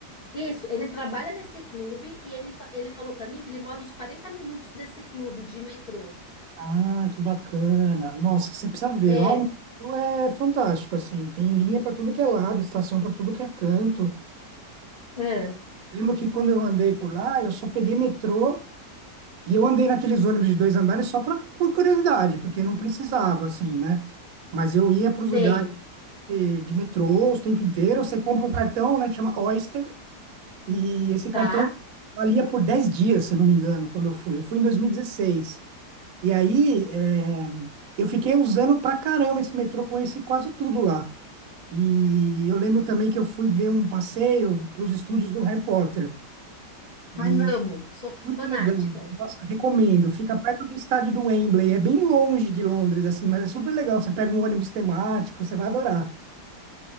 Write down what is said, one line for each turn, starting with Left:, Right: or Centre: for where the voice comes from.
Left: Isso, ele trabalha nesse clube e ele, fa- ele falou para mim que ele mora uns quarenta minutos desse clube de metrô.
Right: Ah, que bacana. Nossa, você precisa ver.
Left: É,
Right: Lá o museu é fantástico, assim. Tem linha para tudo que é lado, estação para tudo que é canto.
Left: é,
Right: Lembro que quando eu andei por lá, eu só peguei metrô e eu andei naqueles ônibus de dois andares só pra, por curiosidade, porque não precisava, assim, né? Mas eu ia para os
Left: sei,
Right: lugares de, de metrô o tempo inteiro. Você compra um cartão, né, que chama Oyster, e esse cartão
Left: tá?
Right: valia por 10 dias, se eu não me engano, quando eu fui. Eu fui em 2016. E dezesseis. E aí, é, eu fiquei usando pra caramba esse metrô, conheci quase tudo lá. E eu lembro também que eu fui ver um passeio para os estúdios do Harry Potter. E
Left: Ai, amo, sou fanática.
Right: muito legal. Nossa, recomendo. Fica perto do estádio do Wembley. É bem longe de Londres, assim, mas é super legal. Você pega um ônibus temático, você vai adorar.